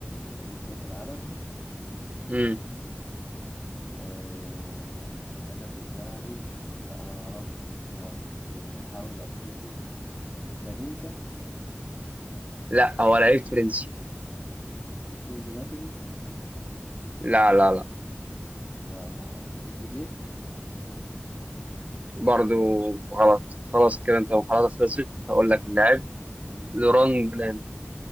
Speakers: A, on the left; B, on the right.
A: في تاريخ كأس العالم
B: امم
A: آه... الهدف الذهبي لا أنا معرفش الصراحة بس هحاول أفتكر بانينكا
B: لا هو لعيب فرنسي
A: ميشيل بلاتيني
B: لا لا لا
A: لا مع تريزيجيه
B: برضو غلط خلاص كده انت محاولاتك خلصت هقول
A: ماشي
B: لك اللاعب
A: قول.
B: لوران بلان